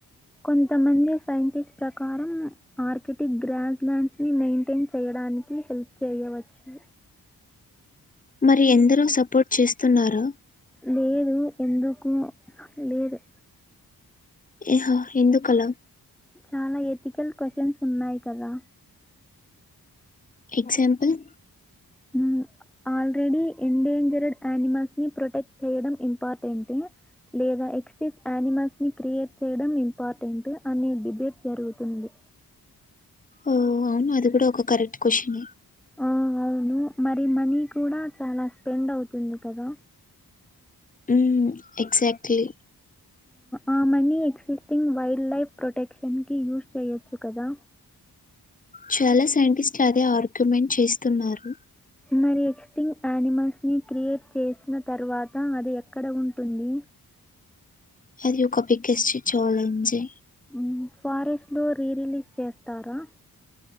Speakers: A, in the centre; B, on the left.
A: కొంతమంది సైంటిస్ట్ ప్రకారం ఆర్కిటిక్ గ్రాస్ ల్యాండ్స్ ని మెయింటేన్ చేయడానికి హెల్ప్ చేయవచ్చు.
B: మరి ఎందరు సపోర్ట్ చేస్తున్నారా?
A: లేదు ఎందుకో లేదు.
B: ఏహో ఎందుకు అలా?
A: చానా ఎథికల్ క్వశ్చన్స్ ఉన్నాయి కదా.
B: ఎగ్జాంపుల్?
A: ఉ ఆల్రెడీ ఎండేంజర్డ్ యానిమల్స్ ని ప్రొటెక్ట్ చేయడం ఇంపార్టెంటే. లేదా ఎక్స్టెట్ యానిమల్స్ ని క్రియేట్ చేయడం ఇంపార్టెంటే అనే డిబేట్ జరుగుతుంది.
B: ఓ అవునా అది కూడా ఒక కరెక్ట్ క్వశ్చనే.
A: ఆ అవును మరి మనీ కూడా చాలా స్పెండ్ అవుతుంది కదా.
B: ఉ ఎక్సాక్ట్లి
A: ఆ మనీ ఎక్సిస్టింగ్ వైల్డ్ లైఫ్ ప్రొటెక్షన్కి యూజ్ చేయొచ్చు కదా.
B: చాలా సైంటిస్ట్లు అదే ఆర్గ్యుమెంట్ చేస్తున్నారు.
A: మరి ఎక్స్టింక్ యానిమల్స్ ని క్రియేట్ చేసిన తర్వాత అది ఎక్కడ ఉంటుంది.
B: అది ఒక బిగెస్ట్ ఛాలెంజే.
A: ఉ ఫారెస్ట్ లో రీ రిలీజ్ చేస్తారా?